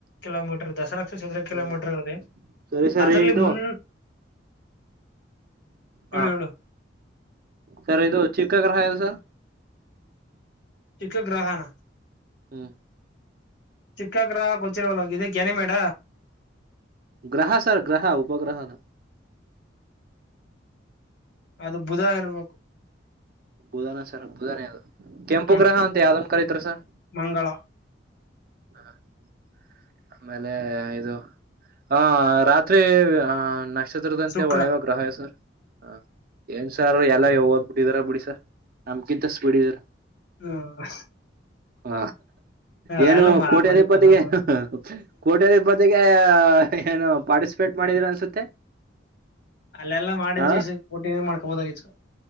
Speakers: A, on the left; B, on the right.
A: ಕಿಲೋಮೀಟರ್ ದಸರಾ ಚದ್ರ ಕಿಲೋಮೀಟರ್
B: ಹ್ಮ್
A: ಅದೆ
B: ಸರಿ ಸರಿ
A: ಅದ್ರಲ್ಲಿ
B: ಇದು
A: ಮುನ್ ಹೇಳು
B: ಹಾ
A: ಹೇಳು
B: ಸರ್ ಇದು ಚಿಕ್ಕ ಗ್ರಹ ಯಾವ್ದು ಸರ್
A: ಚಿಕ್ಕ ಗ್ರಹನಾ
B: ಹ್ಮ್್ಮ್ಮ
A: ಚಿಕ್ಕಗ್ರ ಗೋತ್ತಿಲ್ಲ ಇದ್ <unintelligible> ಮೇಡ
B: ಗ್ರಹ ಸರ್ ಗ್ರಹ ಉಪಗ್ರಹನ
A: ಅದು ಬುಧ ಇರ್ಬೇಕು
B: ಬುಧಾನ ಸರ್ ಬುಧಾನೆ ಅದು ಕೆಂಪು
A: ಹ್ಮ್
B: ಗ್ರಹ ಅಂತ ಯಾವ್ದನ್ ಕರಿತರೆ ಸರ್
A: ಮಂಗಳ
B: <inaudible> ಆಮೇಲೆ ಇದು ಆ ರಾತ್ರಿ ಆ ನಕ್ಷ ಚಿತ್ರದಂತೆ
A: ಶುಕ್ರ
B: ಒಳ್ಳೆಯ ಗ್ರಹಾಯ ಸರ್ ಹ ಏನ್ ಸಾರ್ ಎಲ್ಲ ಓದ್ಬಿಟ್ಟಿದಾರ ಬಿಡಿ ಸಾರ್ ನಮ್ಗಿಂತ ಸ್ಪೀಡ್ ಇದಿದೀರ
A: ಹ್ಮ
B: ಹ
A: ಅವೆಲ್ಲ
B: ಏನು
A: ಮಾಮೂಲಿ
B: ಕೋಟ್ಯದಿಪ್ಪತ್ತಿಗೆ
A: ಕ್ವಶ್ಚನ್
B: ಕೋಟಿಯದಬ್ ಬದಿಗೆ ಏನು ಪಾರ್ಟಿಸಿಪೇಟ್ ಮಾಡಿದ್ರ ಅನ್ಸುತ್ತೆ
A: ಅಲ್ಲೆಲ್ಲಾ ಮಾಡಿದ್ರೆ
B: ಹ
A: ಇ ಕೋಟಿಿನ ಮಾಡ್ಕೋಬೋದಾಗಿತ್ತು